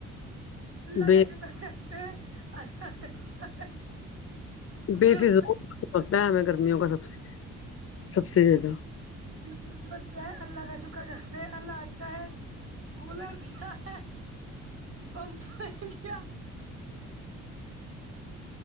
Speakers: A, on the right; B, on the left.
A: اللہ
B: بے
A: کا شکر ہے الله کا شکر ہے بالکل
B: بے فضول لگتا ہے ہمیں گرمیاں کا سب سے سب سے زیادہ
A: بالکل جو بھی ہے اللہ کا شکر کر اللہ اچھا ہے کولر دیا ہے پمپ نہیں دیا